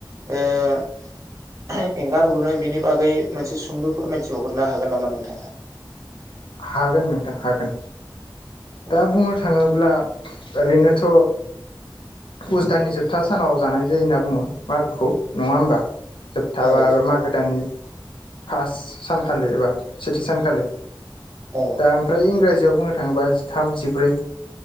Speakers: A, on the right; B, on the left.
A: ओ एंगारहरो बिनि बागै मोनसे सुंद' फोरमायथि हरनो हागोन नामा नोंथाङा
B: हागोन नोंथां हागोन
A: औ
B: दा बुंनो थाङोब्ला ओरैनोथ' पुस दाननि जोबथा सानाव जानाय जायो होनना बुङो मागोखौ खौ नङा होमबा जोबथाबा
A: औ
B: मागो दाननि फास सानखालि एबा सेथि सानखालि
A: औ
B: दा ओमफ्राय इंराजियाव बुङो नो थाङोबा जिथाम जिब्रै